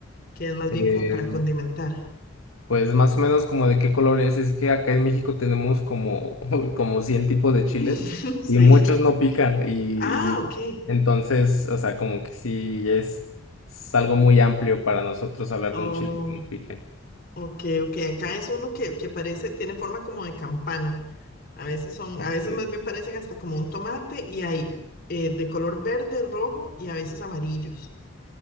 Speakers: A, on the left; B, on the left.
A: que es más
B: Eh,
A: bien como para condimentar.
B: pues más o menos como de qué color es, es que acá en México tenemos como, <laughs> como 100 tipos de chiles
A: <laughs> Sí.
B: y muchos no pican y,
A: Ah,
B: y
A: ok.
B: entonces, o sea, como que sí es, es algo muy amplio para nosotros hablar
A: Oh,
B: de un chile que no pique.
A: ok, ok. Acá es uno que, que parece, tiene forma como de campana. A veces son,
B: Ok,
A: a veces más bien parecen hasta como un tomate y hay eh, de color verde, rojo y a veces amarillos.